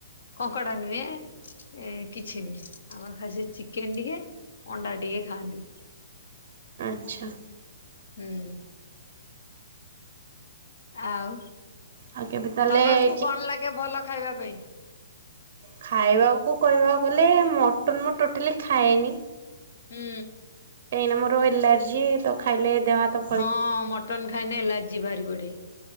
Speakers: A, on the left; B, on the right.
A: କଙ୍କଡା ନୁହେଁ, ଏ କିଛି ନୁହେଁ ଆମର ଖାଲି ସେ ଚିକେନ୍ ଟିକେ। ଅଣ୍ଡା ଟିକେ ଖାଆନ୍ତି।
B: ଆଚ୍ଛା।
A: ହୁଁ। ଆଉ
B: ଆଉ କେବେ ତାହେଲେ
A: ତମକୁ
B: ଚି
A: କଣ ଲାଗେ ଭଲ ଖାଇବା ପାଇଁ?
B: ଖାଇବାକୁ କହିବାକୁ ଗଲେ ମଟନ୍ ମୁଁ ଟୋଟାଲି ଖାଏନି।
A: ହୁଁ।
B: କାହିଁକିନା ମୋର ଏଲାର୍ଜି ତ ଖାଇଲେ ଦେହହାତ
A: ହଁ, ମଟନ ଖାଇଲେ ଏଲାର୍ଜି ବାହାରି ପଡେ।